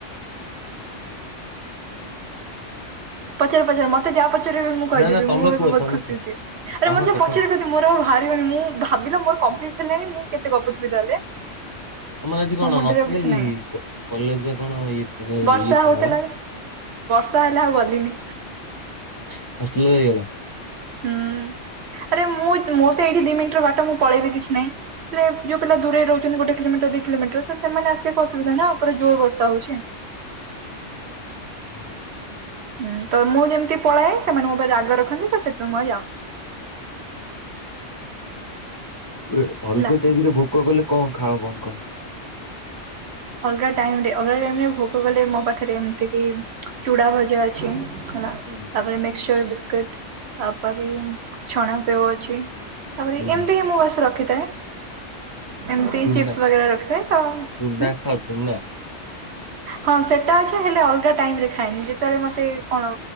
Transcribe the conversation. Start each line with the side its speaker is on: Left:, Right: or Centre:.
Left: ଆଜ୍ଞା <inaudible>
Right: ପଚାର, ପଚାର ମତେ ଯାହା ପଚାରେ ବି ମୁଁ କହିଦେବି,
Left: ନା ନା ତମେ
Right: ମୁଁ ଏବେ
Left: କୁହ
Right: ବହୁତ
Left: ତମେ
Right: ଖୁସି
Left: କୁହ
Right: ଅଛି-ଆରେ
Left: ତମେ
Right: ମତେ
Left: କୁହ
Right: ପଚାରୁ
Left: ତମେ
Right: ଆ, ମୋର ଆଉ ବାହାରିବନି, ମୁଁ ଭାବିଲ ମୋର କମ୍ପ୍ଲିଟ ହେଲାଣି ମୁଁ କେତେ ଗପୁଥିବି ତାହେଲେ।
Left: ତମର ଆଜି କଣ
Right: ମୋ ମୁଣ୍ଡରେ
Left: ନଥିଲେ
Right: ଆଉ କିଛି
Left: କି?
Right: ନାହିଁ
Left: କ କଲେଜ ରେ କଣ ଇଏ ଇଏ
Right: ବର୍ଷା ହଉଥିଲା
Left: ଥିଲାପା।
Right: <unintelligible> ହେଲା ଆଉ ଗଲିନି।
Left: <inaudible> ହଷ୍ଟେଲ ର ରହିଗଲ।
Right: ହୁଁ <inaudible> ଆରେ ମୁଁ ତ ମୋର ତ ଏଇଠି ଦି ମିନିଟର ବାଟ ମୁଁ ପଳେଇବି କିଛି ନାହିଁ। ଆରେ, ଯୋଉ ପିଲା ଦୂରରେ ରହୁଛନ୍ତି, ଗୋଟେ କିଲୋଟର, ଦି କିଲୋମିଟର ତ, ସେମାନେ ଆସିବାକୁ ଅସୁବଧା ନା ଜୋରେ ବର୍ଷା ହଉଚି।
Left: <unintelligible>
Right: ହୁଁ, ତ ମୁଁ ଯେମିତି ପଳାଏ, ସେମାନେ ମୋ ଉପରେ ରାଗ ରଖନ୍ତି ତ, ସେଥିପାଇଁ ମୁଁ ଆଉ ଯାଉନି।
Left: ରେ, ଅଲଗା
Right: ହେଲା।
Left: ଟାଇମରେ ଭୋକ କଲେ କଣ ଖାଅ କଣ କେମିତି?
Right: ଅଲଗା ଟାଇମରେ, ଅଲଗା ଟାଇମରେ ଭୋକ କଲେ, ମୋ ପାଖରେ ଏମିତି କିି ଚୁଡା ଭଜା ଅଛି, ହେଲା।
Left: ହୁଁ।
Right: ତାପରେ ମିକ୍ସଚର, ବିସ୍କିଟ, ତାପରେ -ଛଣା ସେଉ ଅଛି। ତାପରେ
Left: ହୁଁ
Right: ଏମିତି ହିଁ ମୁଁ ବାସ ରଖିଥାଏ। ଏମିତି
Left: ଚୁନା
Right: ଚିପ୍ସ ବଗେରା ରଖିଥାଏ ତ
Left: ଚୁନା
Right: ହୁଁ
Left: ଖାଅ ଚୁନା?
Right: ହଁ ସେଟା ଅଛି ହେଲେ ଅଲଗା ଟାଇମରେ ଖାଏ। ଯେତେବେଳେ ମତେ କଣ